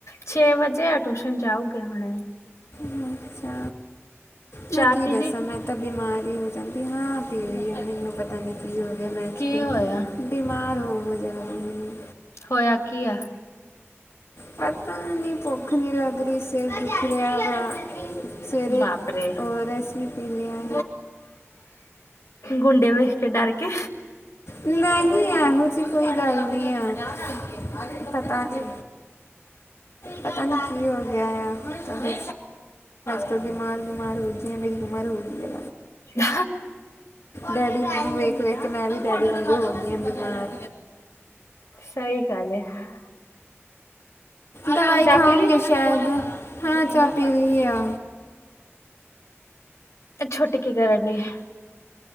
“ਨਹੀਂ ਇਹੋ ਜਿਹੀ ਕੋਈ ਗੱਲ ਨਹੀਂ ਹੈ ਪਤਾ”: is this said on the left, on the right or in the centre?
Left